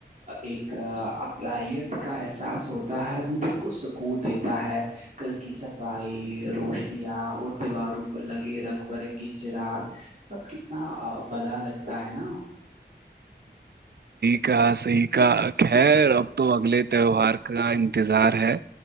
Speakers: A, on the right (about 45°); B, on the right (about 65°).
A: ایک ابلاائییت کا احساس ہوتا ہے وہ دل کو سکوت دیتا ہے گھر کی صفائی روشنیاں اور دیواروں پر لگے رگ برگ کی چراگ سب کتنا بلا لگتا ہے نا
B: کہ صحیح کا ہے اب تو اگلے تہوار کا انتظار ہے